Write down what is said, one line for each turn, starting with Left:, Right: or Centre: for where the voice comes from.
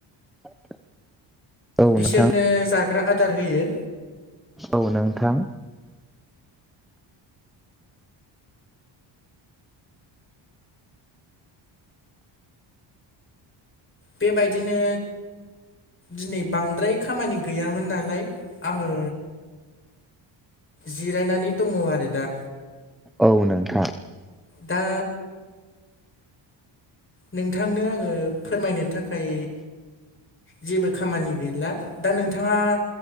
Centre: <inaudible>
Left: बिसोरनो
Centre: नोंथां
Left: जा ग्रा आदार होयो।
Centre: औ नोंथां।
Left: बेबायदिनो दिनै बांद्राय खामानि गैयामोन नालाय आङो जिरायनानै दङ आरो दा।
Centre: औ नोंथां।
Left: दा नोंथांनो आङो फोरमायनो थाखाय जेबो खामानि गैला दा नोंथाङा